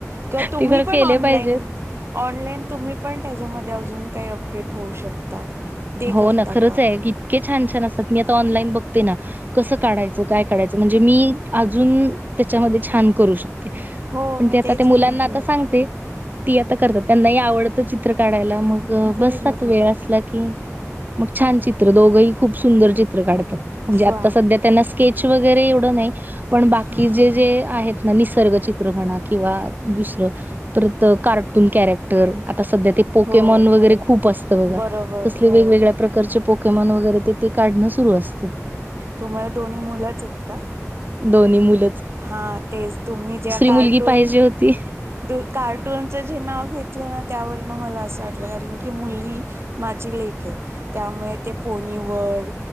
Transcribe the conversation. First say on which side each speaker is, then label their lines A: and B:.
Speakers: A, on the right (about 50°); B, on the right (about 35°).
A: किंवा तुम्ही
B: ते खरं
A: पण
B: केले
A: ऑनलाईन
B: पाहिजेत
A: ऑनलाईन तुम्ही पण त्याच्यामध्ये अजून काही अपडेट होऊ शकता ते
B: हो
A: करता
B: ना खरच
A: का
B: आहे इतके छान छान असतात मी आता ऑनलाईन बघ बघते ना की कस काढायचं काय काढायचं म्हणजे मी अजून त्याच्यामध्ये छान करू शकते
A: हो
B: पण
A: मी
B: ते आता
A: तेच
B: ते
A: म्हणते
B: मुलांना आता सांगते ती आता करतात त्यांनाही आवडतं चित्र काढायला मग
A: बरं
B: बसतात वेळ असला की मग छान चित्र दोघंही खूप सुंदर चित्र काढतात म्हणजे आता
A: वा
B: सध्या त्यांना स्केच वगैरे एवढ नाही पण बाकी
A: हा
B: जे
A: हा हा
B: जे आहेत निसर्ग चित्रपणा किंवा दुसर परत कार्टून कॅरेक्टर आता सध्या ते पोकेमॉन
A: हो
B: वगैरे
A: हो
B: खूप असतं बघा
A: बरोबर
B: तसले
A: हो
B: वेगवेगळ्या प्रकारचे पोकेमाॅन वगैरे ते ते काढण सुरु असत
A: तुम्हाला दोन्ही मुलच आहेत का?
B: दोन्ही मुली
A: हा तेच तुम्ही ज्या कार्टून
B: मुलगी पाहिजे होती.
A: त कार्टूनच जे नाव घेत त्यावरन मला अस वाटल कारण की मुली माझी लेक आहे त्यामुळे ते पोनी निवड